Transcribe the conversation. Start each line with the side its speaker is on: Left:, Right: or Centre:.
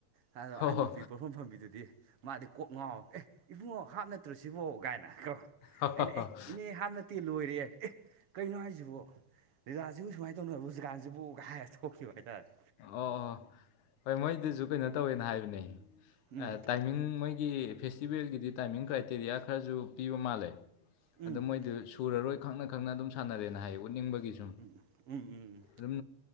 Right: ꯑꯍꯟ
Left: ꯍꯣ ꯍꯣ
Right: ꯅꯨꯄꯤ ꯄꯣꯠꯐꯝ ꯐꯝꯕꯤꯗꯨꯗꯤ ꯃꯥꯗꯤ ꯀꯣꯛ ꯉꯥꯎ ꯑꯦ ꯏꯕꯨꯡꯉꯣ ꯍꯥꯞ ꯅꯠꯇ꯭ꯔꯣ ꯁꯤꯕꯣ ꯒꯥꯏꯅ ꯀꯣ
Left: ꯑꯣ
Right: ꯑꯩꯅ ꯑꯦ ꯏꯅꯦ ꯍꯥꯞ ꯅꯠꯇꯦ ꯂꯣꯏꯔꯦ ꯑꯦ ꯀꯩꯅꯣ ꯍꯥꯏꯁꯤꯕꯣ ꯂꯤꯂꯥ ꯁꯤꯕꯨ ꯁꯨꯃꯥꯏ ꯇꯧꯅꯕ꯭ꯔꯣ ꯍꯧꯖꯤꯀꯥꯟꯁꯤꯕꯨ ꯀꯥꯏꯔ ꯊꯣꯛꯈꯤꯕ ꯍꯥꯏꯇꯥꯔꯦ
Left: ꯑꯣ ꯍꯣꯏ ꯃꯣꯏꯗꯨꯁꯨ ꯀꯩꯅꯣ ꯇꯧꯋꯦꯅ ꯍꯥꯏꯕꯅꯦ
Right: ꯎꯝ
Left: ꯇꯥꯏꯃꯤꯡ ꯃꯣꯏꯒꯤ ꯐꯦꯁꯇꯤꯚꯦꯜꯒꯤꯗꯤ ꯇꯥꯏꯃꯤꯡ ꯀ꯭ꯔꯥꯏꯇꯦꯔꯤꯌꯥ ꯈꯔꯁꯨ ꯄꯤꯕ ꯃꯥꯜꯂꯦ
Right: ꯎꯝ
Left: ꯑꯗꯣ ꯃꯣꯏꯗꯨ ꯁꯨꯔꯔꯣꯏ ꯈꯪꯅ ꯈꯪꯅ ꯑꯗꯨꯝ ꯁꯥꯟꯅꯔꯦꯅ ꯍꯥꯏꯌꯦ ꯎꯠꯅꯤꯡꯕꯒꯤ ꯁꯨꯝ
Right: ꯎꯝ ꯎꯝ ꯎꯝ
Left: ꯑꯗꯨꯝ